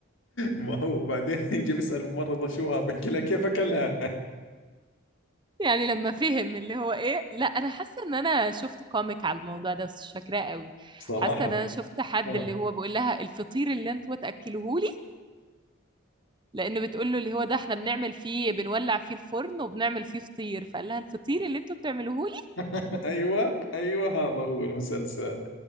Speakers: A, on the left (about 70°); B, on the right (about 25°).
A: ما هو بعدين يجي بيسأل الممرضة شو ها بحكي لها كيف أكلها
B: يعني لما فهم اللي هو ايه لا انا حاسه ان انا شفت كوميك على الموضوع ده بس مش فاكراه قوي
A: <laughs> صراحة
B: حاسه ان انا شفت حد
A: اه
B: اللي هو بيقول لها الفطير اللي انتوا تاكلوهولي لان بتقول له اللي هو ده احنا بنعمل فيه بنولع فيه الفرن وبنعمل فيه فطير فقال لها الفطير اللي انتوا بتعملوهولي
A: <laughs> ايوه ايوه هذا هو المسلسل